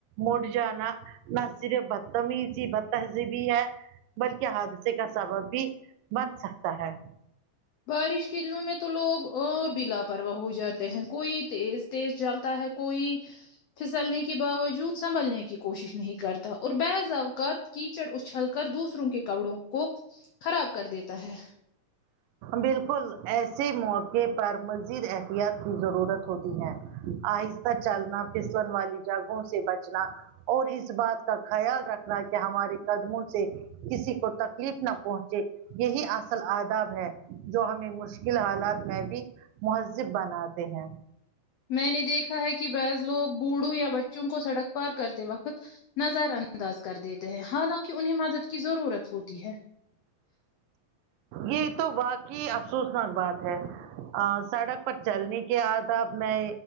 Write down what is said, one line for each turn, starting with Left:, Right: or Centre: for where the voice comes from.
Right: مڑ جانا نہ صرف بتمی ہی س بت سے بھی ہے بلکہ حادثے کا سبب بھی بن سکتا ہے
Left: بارش کے دنوں میں تو لوگ اور بھی لاپرواہ ہو جاتے ہیں کوئی تیز تیز جلتا ہے کوئی پھسلنے کے باوجود سنبھلنے کی کوشش نہیں کرتا اور بعض اوقات کیچڑ اچھل کر دوسروں کے کپڑوں کو خراب کر دیتا ہے
Right: بالکل ایسے موقع پر مزید احتیاط کی ضرورت ہوتی ہے آہستہ چلنا پسن والی جگہوں سے بچنا اور اس بات کا خیال رکھنا کہ ہمارے قدموں سے کسی کو تکلیف نہ پہنچے یہی اصل آداب ہے جو ہمیں مشکل حالات میں بھی مہذب بناتے ہیں
Left: میں نے دیکھا ہے کہ بعض لوگ بوڑھو یا بچوں کو سڑک پار کرتے وقت نظر انداز کر دیتے ہیں حالانکہ انہیں مدد کی ضرورت ہوتی ہے
Right: یہ تو واقعی افسوسناک بات ہے ا سڑک پر چلنے کے آداب میں